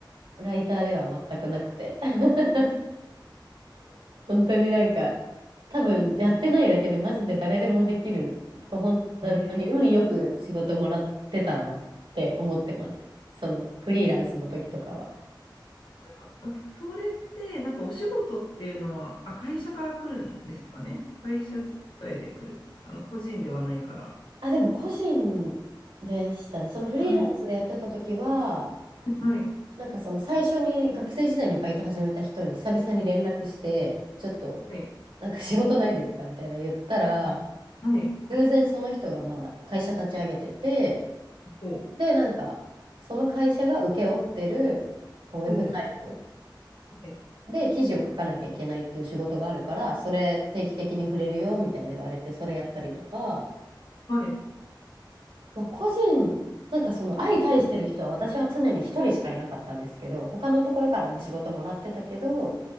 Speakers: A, on the right; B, on the left.
A: ライターでは全くなくて。<laughs> 本当になんか、多分やってないだけでマジで誰でもできる。こうほん本当に運よく仕事もらってたなって思ってます。
B: えー
A: そのフリーランスの時とかは。
B: あそれってなんかお仕事っていうのは、あ、会社から来るんですかね。会社伝いで来る。あの個人ではないから。
A: あ、でも個人でしたね。そのフリーランスでやってた時は、
B: はい、はい、はい。
A: なんかその最初に学生時代にバイト始めた人に久々に連絡して、ちょっと
B: はい
A: なんか仕事ないですかみたいな言ったら、
B: あ、はい。
A: 偶然その人がまあ会社立ち上げてて、
B: ほう、
A: で、なんかその会社が請け負ってるこうウェブサイト
B: ほう、はい、
A: で記事を書かなきゃいけないっていう仕事があるから、それ定期的に触れるよみたいな言われて、それやったりとか、
B: はい。
A: まあ、個人、なんかその相対してる人は私は常に一人しかいなかったんですけど、他のところからも仕事もらってたけど、
B: はい